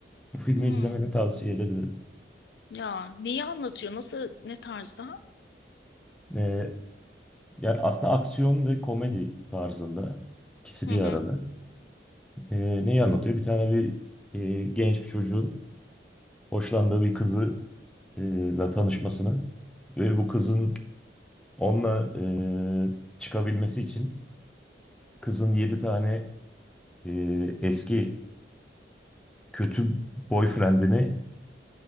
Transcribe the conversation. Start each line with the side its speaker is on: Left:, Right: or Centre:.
Centre: Bu filmi
Left: Hmm.
Centre: izlemeni tavsiye edebilirim.
Left: Ya neyi anlatıyor? Nasıl ne tarzda?
Centre: E, yani aslında aksiyon ve komedi tarzında ikisi
Left: Hı
Centre: bir
Left: hı.
Centre: arada. E, neyi anlatıyor? Bir tane bir e, genç bir çocuğun hoşlandığı bir kızı e, ile tanışmasını ve bu kızın Onunla e, çıkabilmesi için kızın 7 tane e, eski kötü boyfriendini